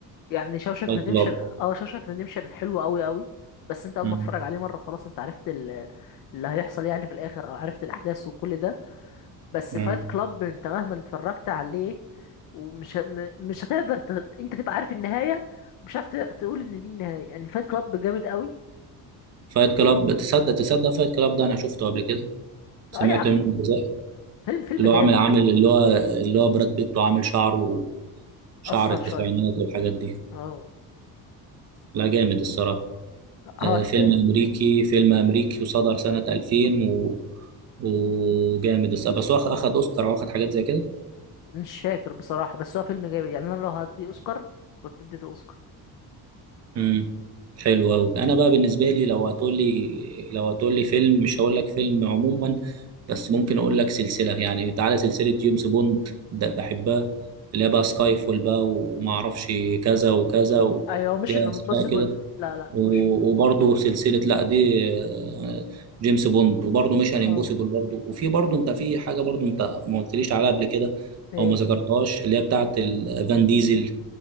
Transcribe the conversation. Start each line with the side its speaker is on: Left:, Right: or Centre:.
Left: يعني شاوشانك
Right: فايت
Left: ريديمشن
Right: كلاب
Left: اه شاوشانك ريديمشن حلو قوي قوي بس انت اول
Right: مم.
Left: ما تتفرج عليه مره خلاص انت عرفت ال- اللي هيحصل يعني في الاخر او عرفت الاحداث وكل ده بس
Right: مم.
Left: فايت كلاب انت مهما اتفرجت عليه ومش م- مش هتقدر ت... انت تبقى عارف النهايه مش عارف ت- تقول ان دي النهايه يعني فايت كلاب جامد قوي
Right: فايت كلاب تصدق تصدق فايت كلاب ده أنا شفته قبل كده سمعت
Left: اه يا عم
Right: منه جزء
Left: فيلم فيلم
Right: اللي
Left: جامد
Right: هو عامل عامل اللي هو اللي هو براد بيت وعامل شعره شعر
Left: اصفر
Right: التسعينات
Left: شويه كده
Right: والحاجات دي
Left: هو
Right: لا جامد الصراحة
Left: هو
Right: آه،
Left: ف...
Right: فيلم أمريكي فيلم أمريكي وصدر سنة 2000 و... وجامد الصراحة بس هو أخ- أخد أوسكار وأخد حاجات زي كده
Left: مش فاكر بصراحه بس هو فيلم جامد يعني انا لو هدي اوسكار كنت اديته اوسكار
Right: امم حلو قوي انا بقى بالنسبه لي لو هتقول لي لو هتقول لي فيلم مش هقول لك فيلم عموما بس ممكن اقول لك سلسله يعني تعالى سلسله جيمس بوند ده بحبها اللي هي بقى سكاي فول بقى وما اعرفش كذا وكذا و-
Left: ايوه مش
Right: ليها
Left: ان امبوسيبل
Right: اسماء كده
Left: لا لا
Right: و-
Left: مش
Right: وبرضه سلسله لا دي آه، جيمس بوند وبرضه ميشن
Left: اه
Right: امبوسيبل برضه وفي برضه انت في حاجه برضه انت ما قلتليش عليها قبل كده
Left: ايه
Right: او ما ذكرتهاش اللي هي بتاعه ال- فان ديزل